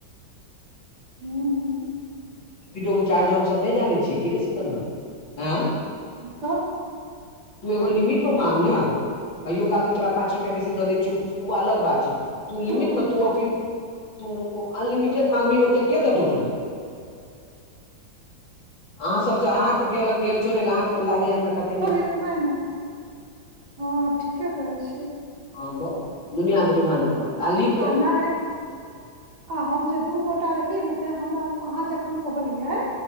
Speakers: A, on the right (about 55°); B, on the left (about 80°).
A: हूँ
B: रेपीडो के चार्ज हमसभ नहि जानै छियै कि रे सिकन्दर ह।
A: तब
B: तू एगो लिमिट मे माग ने। कहियो काल के तोरा पाँच रुपआ बेसी दऽ दै छौ ओ अलग बात छै तू लिमिट
A: हम्म,
B: मे तू तू अनलिमिटेड मंगमी ओत के देत तोरा। अहाँ सभ तऽ अहाँ तऽ गेल गेल छोड़ लए अहाँकेँ तऽ लागेए हमरा कत
A: नहि नहि हँ ठीके करै छियै।
B: हैं दुनिया के डिमांड करत। लिख कऽ
A: आ नै आ हम जे दू गोटा रहियै ने तै हमरा अहाँ जखन कहलियै